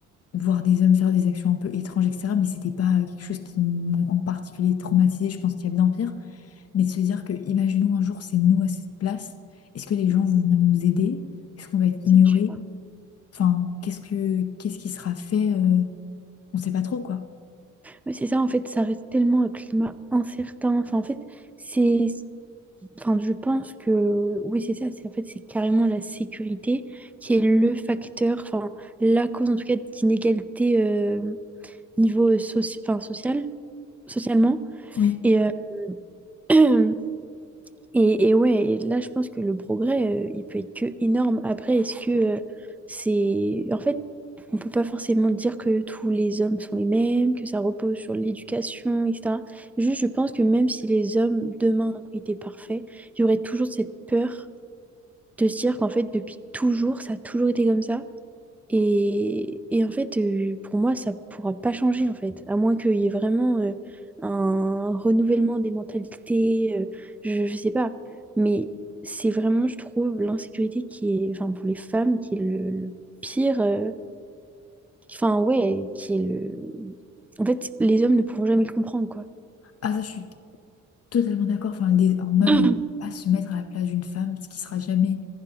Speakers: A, on the left; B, in the centre.
A: voir des hommes faire des actions un peu étranges, etc. Mais c'était pas euh, quelque chose qui m'ont en particulier traumatisé, je pense qu'il y a bien pire. Mais de se dire que, imaginons un jour, c'est nous à cette place, est-ce que les gens vont venir nous aider? Est-ce qu'on va être
B: c'est
A: ignoré?
B: dur.
A: Enfin, qu'est-ce que, qu'est-ce qui sera fait? euh, on sait pas trop, quoi.
B: Oui, c'est ça, en fait, ça reste tellement un climat incertain. Enfin, en fait, c'est... Enfin, je pense que... Oui, c'est ça, c'est en fait, c'est carrément la sécurité qui est le facteur, enfin, la cause, en tout cas, d'inégalité euh, niveau soci- enfin, social, socialement.
A: Oui.
B: Et, euh, <clears throat> Et, et ouais, et là, je pense que le progrès, euh, il peut être que énorme. Après, est-ce que euh, c'est... En fait, on peut pas forcément dire que tous les hommes sont les mêmes, que ça repose sur l'éducation, etc. Juste, je pense que même si les hommes demain étaient parfaits, il y aurait toujours cette peur de se dire qu'en fait, depuis toujours, ça a toujours été comme ça. Et, et en fait, euh, pour moi, ça pourra pas changer, en fait, à moins qu'il y ait vraiment euh, un renouvellement des mentalités, euh, je, je sais pas. Mais c'est vraiment, je trouve, l'insécurité qui est, enfin, pour les femmes, qui est le, le pire, euh, enfin, ouais, qui est le... En fait, les hommes ne pourront jamais le comprendre, quoi.
A: Ah, ça, je suis Totalement d'accord. Enfin, le un homme
B: <clears throat>
A: ne peut pas se mettre à la place d'une femme, ce qui sera jamais,